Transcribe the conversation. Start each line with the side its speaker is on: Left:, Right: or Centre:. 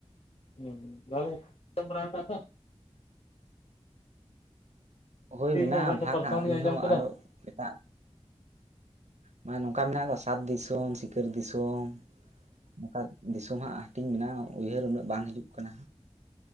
Left: <unintelligible>
Right: ᱦᱚᱭ ᱢᱮᱱᱟᱜᱼᱟ
Left: ᱜᱮ ᱟᱵᱮᱱ ᱴᱷᱮᱱ
Right: ᱵᱷᱟᱜᱽᱟᱜ
Left: ᱯᱨᱚᱛᱷᱚᱢ ᱞᱤᱧ
Right: ᱤᱧᱦᱚ
Left: ᱟᱸᱡᱚᱢ ᱠᱮᱫᱟ
Right: ᱟᱨᱦᱚ ᱮᱴᱟᱜ ᱢᱟᱱᱮ ᱱᱚᱝᱠᱟ ᱢᱮᱱᱟᱜ ᱜᱚ ᱥᱟᱛ ᱫᱤᱥᱚᱢ ᱥᱤᱠᱟᱹᱨ ᱫᱤᱥᱚᱢ᱾ ᱱᱚᱝᱠᱟ ᱫᱤᱥᱚᱢ ᱦᱟᱸᱜ ᱦᱟᱹᱴᱤᱧ ᱢᱮᱱᱟᱜᱼᱟ ᱩᱭᱦᱟᱹᱨ ᱩᱱᱟᱹᱜ ᱵᱟᱝ ᱦᱤᱡᱩᱜ ᱠᱟᱱᱟ᱾